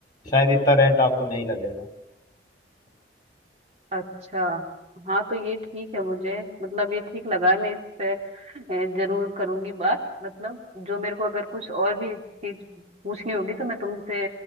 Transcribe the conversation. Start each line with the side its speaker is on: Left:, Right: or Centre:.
Left: शायद इतना रेंट आपको नहीं लगेगा
Right: अच्छा हाँ तो ये ठीक है मुझे मतलब ये ठीक लगा है मैं इस पे अ, जरूर करूंगी बात मतलब जो मेरे को अगर कुछ और भी चीज पूछनी होगी तो मैं तुमसे